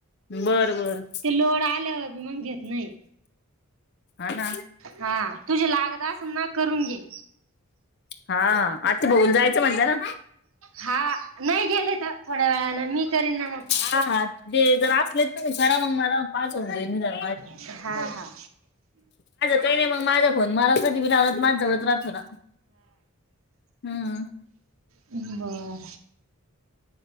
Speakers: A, on the left; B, on the right.
A: बरं बरं.
B: ते लोड आल्यावर बी मंग घेत नाही.
A: हा ना.
B: हा तुझे लागत आसन म करून घे.
A: हा आता बऊन जायचं म्हणता ना.
B: हा नाही गेले तर थोड्या वेळाने मी करीन ना मग.
A: हा हा दे जर असले तुम्ही करा मग मला पाच होऊन दे मी जरा बाहेर
B: हा हा. हा.
A: काही नाही मग माझा फोन मला कधी बी लावला तर माझ जवळच राहतो ना हम्म.
B: बर